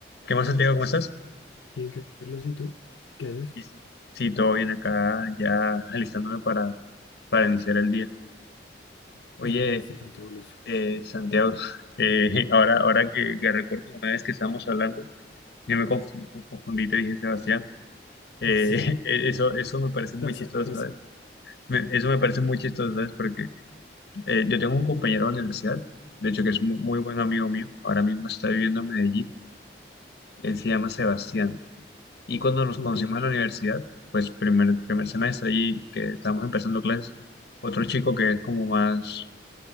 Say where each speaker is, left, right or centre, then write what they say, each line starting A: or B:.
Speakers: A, on the left; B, on the left.
A: ¿Qué más, Santiago? ¿Cómo estás?
B: Bien, Carlos, ¿y tú? ¿Qué haces?
A: Sí, sí. Sí, todo bien acá, ya alistándome para, para iniciar el día. Oye,
B: Ah, eso está fantabuloso.
A: eh, Santiago, <laughs> eh, ahora, ahora que, que recuerdo una vez que estábamos hablando, yo me conf- confundí, y te dije, Sebastián, eh,
B: <laughs> Así,
A: <laughs> eso, eso me parece muy
B: pasa,
A: chistoso,
B: pasa.
A: ¿sabes? Me- eso me parece muy chistoso, ¿sabes? Porque eh, yo tengo un compañero de la universidad, de hecho que es un muy, muy buen amigo mío, ahora mismo está viviendo en Medellín, él se llama Sebastián. Y cuando nos
B: Ok.
A: conocimos en la universidad, pues primer, primer semestre allí que estábamos empezando clases, otro chico que es como más,